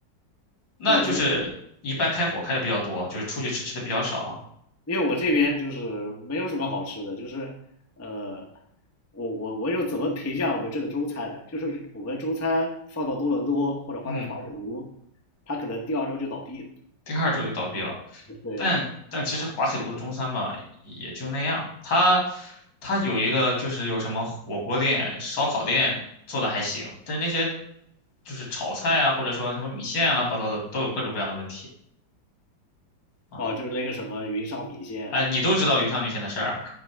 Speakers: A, on the left; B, on the left.
A: 那就是一般开火开的比较多，
B: 那我真北，
A: 就是出去吃吃的比较少啊
B: 因为我这边就是没有什么好吃的，就是呃，我我我有怎么评价我们这的中餐的？就是我们中餐放到多伦多或者放到华北卢，
A: 嗯，
B: 他可能第二周就倒闭了。
A: 第二周就倒闭了。
B: 对，
A: 但但其实滑铁卢的中餐吧，也就那样。它它有一个就是有什么火锅店、烧烤店做的还行，但是那些就是炒菜啊，或者说什么米线啊乱七八糟的，都有各种各样的问题啊。
B: 哦，就是那个什么云上米线，
A: 哎，
B: 是吧
A: 你都知道云上米线的事儿啊